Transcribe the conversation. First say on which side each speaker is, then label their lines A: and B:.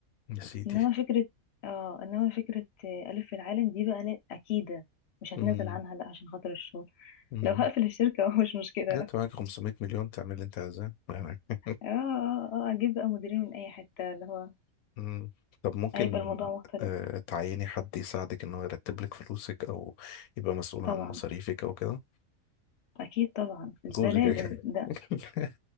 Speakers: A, on the left; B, on the left.
A: يا سيدي
B: انما فكرة اه انما فكرة آه، ألف في العالم دي بقى لا أكيدة مش هتنازل
A: امم
B: عنها لا عشان خاطر الشغل <laughs>
A: امم
B: لو هقفل الشركة <laughs> هو مش مشكلة
A: جت
B: لا
A: معاك 500 مليون تعمل اللي انت عايزاه يعني <laughs>
B: اه اه اه آه، اجيب بقى مديرين من اي حتة اللي هو
A: مم. طب ممكن
B: هيبقى الموضوع مختلف
A: آه، تعيني حد يساعدك ان هو يرتب لك فلوسك او يبقى مسؤول عن
B: طبعا
A: مصاريفك او كده
B: اكيد طبعا ده
A: جوزي
B: لازم
A: كده كده.
B: ده
A: <laughs>